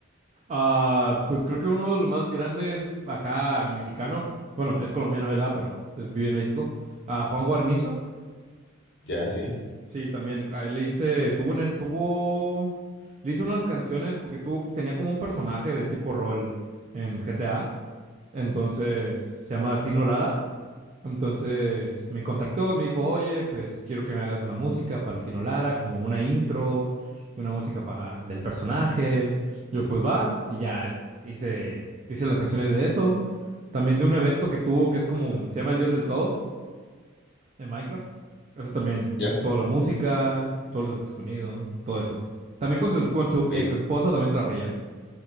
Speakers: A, on the right; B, on the left.
A: Ah, pues creo que uno de los más grandes acá mexicano, bueno, es colombiano, ¿verdad? Pero es- vive en México. Ah, Juan Guarnizo.
B: Ya, sí,
A: Sí, también. A él le hice, tuvo, una- tuvo, le hice unas canciones porque tuvo, tenía como un personaje de tipo rol en GTA. Entonces se llama Tino Lara. Entonces me contactó y me dijo, oye, pues quiero que me hagas una música para el Tino Lara, como una intro y una música para del personaje. Yo, pues va, y ya hice, hice las canciones de eso. También de un evento que tuvo que es como, se llama El Dios del Todo en Minecraft. Eso también,
B: ya.
A: hice toda la música, todos los efectos de sonido, todo eso. También con su, con su
B: Oye,
A: ex esposa también trabajé ya.